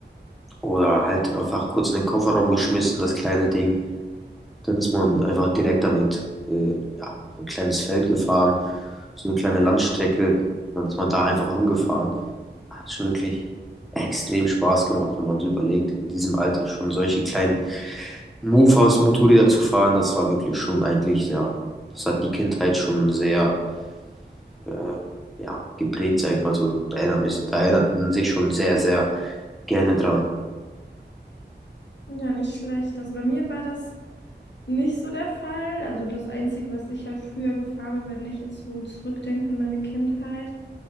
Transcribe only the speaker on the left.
Ja, nicht schlecht. Also bei mir war das nicht so der Fall. Also das Einzige, was ich halt früher gefahren bin, wenn ich jetzt so zurückdenke an meine Kindheit,